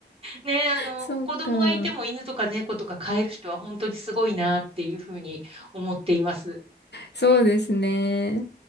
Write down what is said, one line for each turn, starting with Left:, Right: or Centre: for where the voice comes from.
Right: ね、あの、
Left: そうか。
Right: 子供がいても犬とか猫とか飼える人は本当にすごいなっていうふうに思っています。
Left: そうですね。